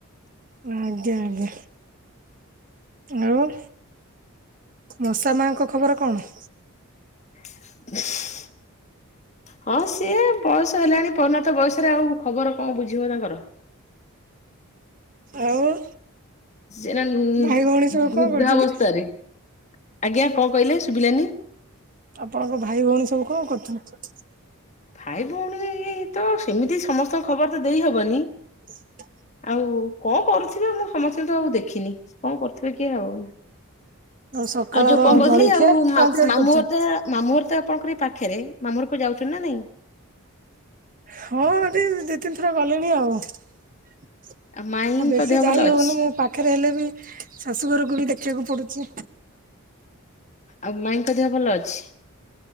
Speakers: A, on the right (about 35°); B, on the left (about 30°).
A: ଆଜ୍ଞା ଆଜ୍ଞା ଆଉ। ମଶା ମାଙ୍କ ଖବର କଣ?
B: <inaudible> ହଁ ସିଏ ବୟସ ହେଲାଣି ପରିଣତ ବୟସରେ ଆଉ ଖବର କଁ ବୁଝିବ ତାଙ୍କର?
A: ଆଉ?
B: ଏଇନା ନୂ
A: ଭାଇ ଭଉଣୀ ସବୁ
B: ବୃଦ୍ଧାବସ୍ଥାରେ
A: କଣ କରୁଛନ୍ତି?
B: ଆଜ୍ଞା କଁ କଇଲେ ଶୁଭିଲାନି?
A: ଆପଣଙ୍କ ଭାଇ ଭୋଉଣୀ ସବୁ କଁ କରୁଛନ୍ତି?
B: ଭାଇ ଭୋଉଣୀ ରେ ଏଇ ଏଇ ତ ସେମିତି ସମସ୍ତଙ୍କ ଖବର ତ ଦେଇହବନି।
A: ଶୁଭୁଚି?
B: ଆଉ କଁ କରୁଥିବେ ମୁଁ ସମସ୍ତିତିଙ୍କି ତ ଆଉ ଦେଖିନି କଁ କରୁଥିବେ କି ଆଉ।
A: ସକାଳର
B: ଆଉ ଯୋଉ କଁ କୋଉଥିଲି
A: ଜଳଖିଆ
B: ଆଉ
A: କଣ
B: ମାସ୍
A: ତିଆରି
B: ମାମୁ
A: କରିଛନ୍ତି?
B: ଘରେତେ ମାମୁଁ ଘର ତ ଆପଣଙ୍କର ଏଇ ପାଖରେ ମାମୁ ଘରକୁ ଯାଉଛନ୍ତିୁ ନା ନାଇଁ।
A: ହଁ ଏଠି ଦି ତିନ୍ ଥର ଗଲିଣି ଆଉ। ଆଉ
B: ମାଇଁଙ୍କ
A: ବେଶୀ
B: ଦେହ
A: ଯାଇ
B: ଭଲ
A: ହୋଉନି
B: ଅଛି
A: ଉଁ ପାଖେରେ ହେଲେ ବି ଶାଶୁଘରକୁ ବି ଦେଖିବାକୁ ପଡୁଛି।
B: ଆଉ ମାଇଁଙ୍କ ଦେହ ଭଲ ଅଛି?